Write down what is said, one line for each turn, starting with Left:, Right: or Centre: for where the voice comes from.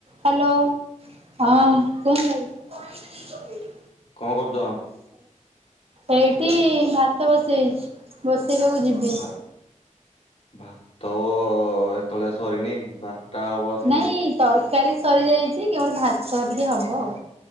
Right: Hello. ହଁ କୁହନ୍ତୁ ଭାଇ?
Left: କଣ କରୁଛ?
Right: ଏଇଠି ଭାତ ବସେଇଛି ବସେଇବାକୁ ଯିବି
Left: ଭା ଭାତ ଏତେବେଳେ ଯାଏ ସରିନି ବାରଟା ହବ ଆସିକି।
Right: ନାଇଁ ତରକାରୀ ସରିଯାଇଛି କି ମୋର ଭାତ ଟିକେ ହବ ଆଉ।